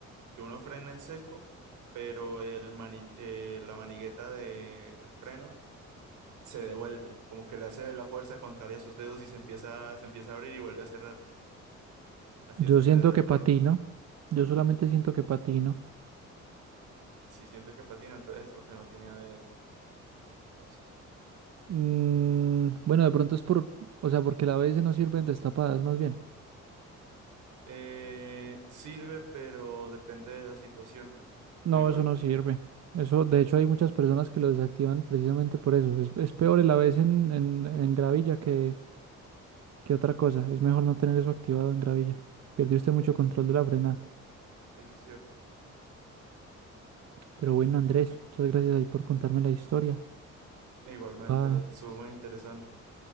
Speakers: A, on the right; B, on the right.
A: que uno frena en seco, pero el mani- eh, la manigueta del freno se devuelve, como que le hace la fuerza contraria a sus dedos y se empieza, se empieza a abrir y vuelve a cerrar. Así
B: Yo
A: hasta
B: siento
A: frenar del
B: que
A: todo.
B: patino. Yo solamente siento que patino.
A: Si siente que patina, entonces es porque no tiene ABS. O sí.
B: Mm, bueno, de pronto es por, o sea, porque el ABS no sirve en destapadas, más bien.
A: Eh, sirve, pero depende de la situación. De
B: No,
A: igual,
B: eso no sirve. Eso, de hecho, hay muchas personas que lo desactivan precisamente por eso. Es, es peor el ABS en, en, en gravilla que, que otra cosa. Es mejor no tener eso activado en gravilla. Pierde usted mucho control de la frenada.
A: eso es cierto.
B: Pero bueno, Andrés, muchas gracias ahí por contarme la historia.
A: E igualmente,
B: Ah,
A: estuvo muy interesante.